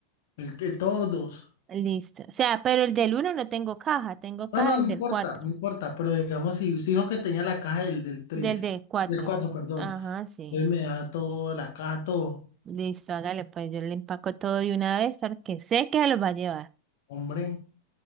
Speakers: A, on the left; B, on the right.
A: El, el- todos dos.
B: Listo. O sea, pero el del uno no tengo caja, tengo caja
A: No, no,
B: del
A: no importa,
B: del cuatro,
A: no importa, pero digamos, si usted dijo que tenía la caja del, del 3
B: Del del 4.
A: del 4 perdón,
B: Ajá, sí.
A: entonces me da todo, la caja, todo.
B: Listo, hágale, pues yo le empaco todo de una vez porque sé que se los va a llevar.
A: Hombre,